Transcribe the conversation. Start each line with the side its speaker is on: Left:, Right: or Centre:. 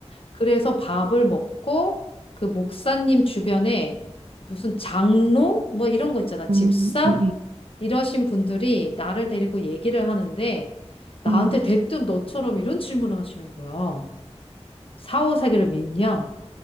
Left: 그래서 밥을 먹고 그 목사님 주변에 무슨 장로 뭐 이런 거 있잖아. 집사
Right: 음, 음,
Left: 이러신 분들이 나를 데리고 얘기를 하는데 나한테
Right: 음, 음.
Left: 대뜸 너처럼 이런 질문을 하시는 거야. 사후세계를 믿냐?